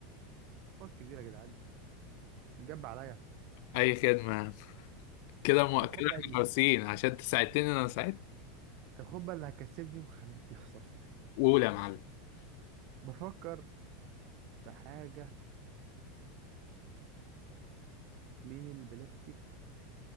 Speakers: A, on the right; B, on the left.
A: خد كبيره يا جدعان جاب عليا
B: اي خدمة كده م...
A: طب
B: كده
A: خد بقى
B: احنا
A: دي
B: خالصين عشان انت ساعدتني انا ساعدت
A: طب خد بقى اللي هكسبني وخليك تخسر
B: اولى يا معلم
A: <laughs> بفكر في حاجه من البلاستيك